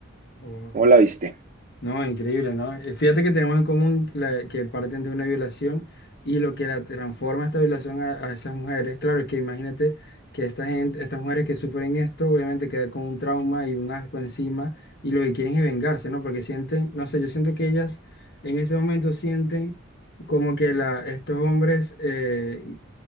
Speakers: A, on the left (about 50°); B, on the right (about 40°).
A: Oh, wow.
B: ¿Cómo la viste?
A: No, increíble, ¿no? Eh, Fíjate que tenemos en común la- que parten de una violación y lo que la transforma esta violación a, a esas mujeres, claro, es que imagínate que esta gente, estas mujeres que sufren esto, obviamente quedan con un trauma y un asco encima y lo que quieren es vengarse, ¿no? Porque sienten, no sé, yo siento que ellas en ese momento sienten como que la, estos hombres, eh,